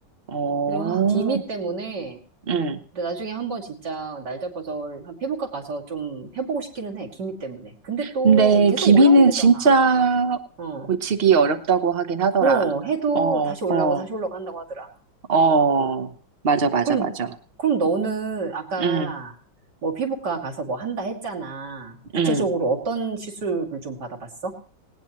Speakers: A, on the right; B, on the right.
A: 오.
B: 그래서, 아, 기미 때문에,
A: 응.
B: 근데 나중에 한번 진짜 날 잡아서 한 피부과 가서 좀 해보고 싶기는 해. 기미 때문에. 근데 또
A: 근데
B: 계속
A: 기미는
B: 올라온대잖아.
A: 진짜
B: 어,
A: 고치기 어렵다고 하긴 하더라.
B: 어, 해도
A: 어,
B: 다시 올라오고
A: 어,
B: 다시 올라오고 한다고 하더라.
A: 어. 맞아, 맞아,
B: 그럼,
A: 맞아.
B: 그럼 너는 아까
A: 응,
B: 뭐 피부과 가서 뭐 한다 했잖아. 구체적으로
A: 응.
B: 어떤 시술을 좀 받아봤어?